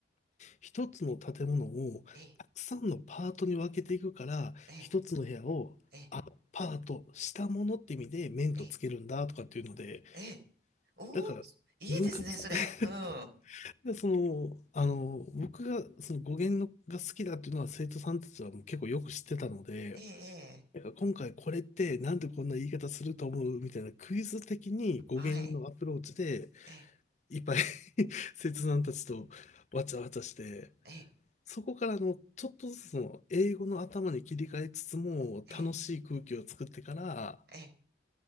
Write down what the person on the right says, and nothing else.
ええ、ええ、
ええ、ええ。おお、
いいですね、それ。
うん。
ええ、ええ。
はい。ええ、
ええ、
ええ、ええ。